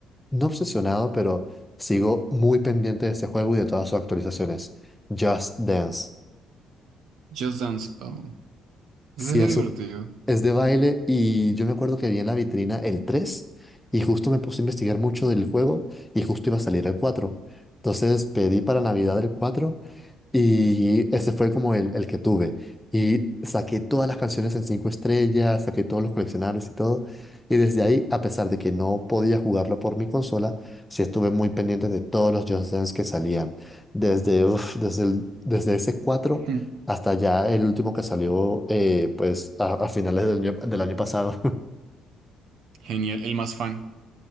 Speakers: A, in the centre; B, on the right (about 70°).
A: no obsesionado, pero sigo muy pendiente de este juego y de todas sus actualizaciones. Just Dance.
B: Just Dance. Oh,
A: Sí
B: ese era
A: es
B: divertido.
A: Es de baile y yo me acuerdo que vi en la vitrina el 3 y justo me puse a investigar mucho del juego y justo iba a salir el cuatro Entonces pedí para Navidad el 4 y ese fue como el, el que tuve. Y saqué todas las canciones en cinco estrellas, saqué todos los coleccionables y todo. Y desde ahí, a pesar de que no podía jugarlo por mi consola, sí estuve muy pendiente de todos los Just Dance que salían. Desde, uf, desde, el- desde ese 4
B: Hmm,
A: hasta ya el último que salió eh, pues a, a finales del año, del año pasado.
B: Genial, el más fan.